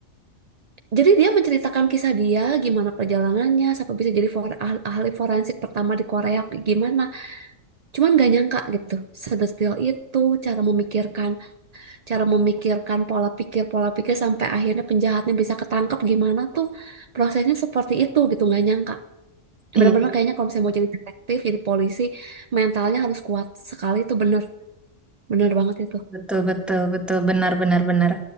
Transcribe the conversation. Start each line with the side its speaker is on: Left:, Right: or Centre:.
Right: jadi dia menceritakan kisah dia gimana perjalanannya sampai bisa jadi for- ahli ahli forensik pertama di Korea gimana. Cuman gak nyangka gitu, sedetil itu cara memikirkan, cara memikirkan pola pikir, pola pikir sampai akhirnya penjahatnya bisa ketangkep gimana tuh prosesnya seperti itu gitu, gak nyangka.
Centre: Iya.
Right: Bener-bener kayaknya kalau misalnya mau jadi detektif, jadi polisi, mentalnya harus kuat sekali itu bener, bener banget itu.
Centre: Betul, betul, betul, benar, benar, benar.